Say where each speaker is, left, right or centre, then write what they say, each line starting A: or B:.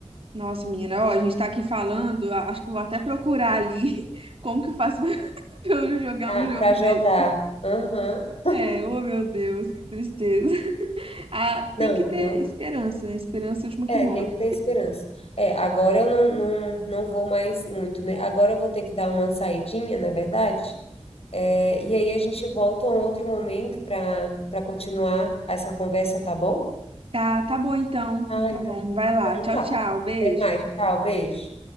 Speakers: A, on the right; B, on the left.
A: Nossa, menina, ó, a gente tá aqui falando, a- acho que eu vou até procurar ali <laughs> como que eu faço <laughs> pra eu jogar
B: para
A: um jogo
B: jogar.
A: desse.
B: Aham.
A: É, oh meu Deus, que tristeza. <laughs> Ah,
B: Não,
A: tem que
B: então,
A: ter esperança, né? Esperança é a última que
B: é,
A: morre.
B: tem que ter esperança. É, agora eu não, não, não vou mais muito, né? Agora eu vou ter que dar uma saidinha, na verdade. É, e aí a gente volta a um outro momento para para continuar essa conversa, tá bom?
A: Tá, tá bom então.
B: Ah,
A: Então
B: então.
A: tá bom. Vai lá.
B: Então
A: Tchau,
B: tá.
A: tchau. Beijo.
B: Até mais. Tchau, beijo.